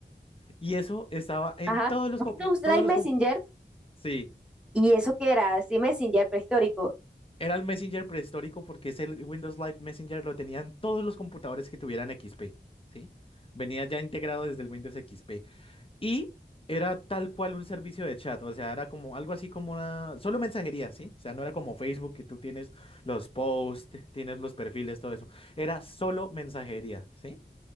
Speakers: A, on the left; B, in the centre.
A: Y eso estaba en
B: Ajá.
A: todos los,
B: Windows
A: compu-
B: Live
A: todos
B: Messenger.
A: los, com- sí.
B: ¿Y eso qué era? Sí, Messenger prehistórico.
A: Era el Messenger prehistórico porque ese Windows Live Messenger lo tenían todos los computadores que tuvieran XP, ¿sí? Venía ya integrado desde el Windows XP. Y era tal cual un servicio de chat, o sea, era como algo así como una... Solo mensajería, ¿sí? O sea, no era como Facebook que tú tienes los posts, tienes los perfiles, todo eso. Era solo mensajería, ¿sí?